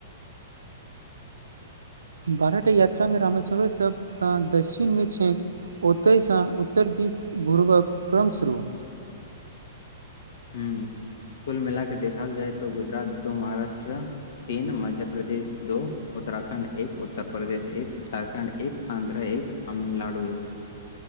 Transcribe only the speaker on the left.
ह कुल मिला के देखल जाय तऽ गुजरात दो महाराष्ट्र तीन मध्य प्रदेश दो उत्तराखण्ड एक उत्तर प्रदेश एक झारखण्ड एक आन्ध्र एक तमिलनाड भ